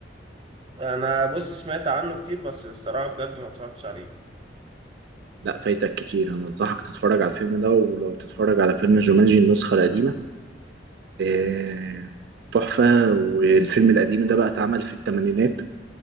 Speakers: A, on the right; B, on the right.
A: انا بص سمعت عنه كتير بس الصراحه بجد ما اتفرجتش عليه
B: لا فايتك كتير انا انصحك تتفرج على الفيلم ده ولو تتفرج على فيلم جومانجي النسخه القديمه آه، تحفة والفيلم القديم ده بقى اتعمل في الثمانينات